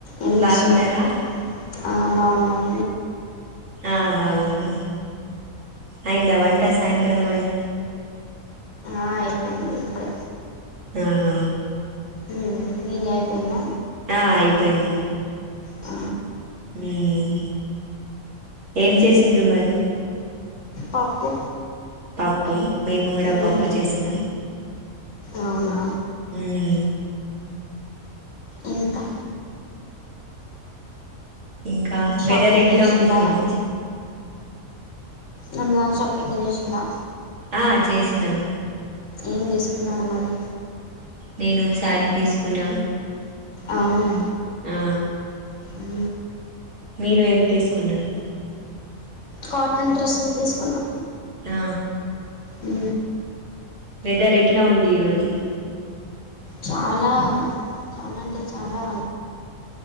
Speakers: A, on the left; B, on the right.
A: ఏం చేస్తున్నారు
B: బాగున్నారా
A: ఆ బావున్నాం
B: ఆ బాగున్నా అయిందా వంట సాయంత్రం వంట
A: ఆ అయిపోంది ఇప్పుడే
B: ఆహా
A: ఉమ్ మీ జయిపోయిందా
B: ఆ అయిపోయింది
A: ఆ
B: ఉమ్ ఏం చేసిండ్రు మరి
A: పప్పు
B: పప్పు మేము గూడా
A: మ్మ్,
B: పప్పు చేసిన
A: అవునా
B: ఉమ్
A: ఉంటా
B: ఇంకా
A: షాపింగ్
B: వెదర్ ఎట్లా
A: చేసిందా
B: ఉంది ఈరోజు
A: రంజాన్ షాపింగు జెషింల్ల
B: ఆ చేసినాం
A: ఏం దీసుకున్నాడొ మరి
B: నేను శారీ తీసుకున్నా
A: అవునా
B: ఆ
A: ఊ
B: మీరు ఏం తీసుకున్నారు
A: కాటన్ డ్రెస్సెస్ దీసుకున్నా
B: ఆ
A: ఉ
B: వెదర్ ఎట్లా ఉంది ఈరోజు
A: చాలా చాలా అంటే చాలా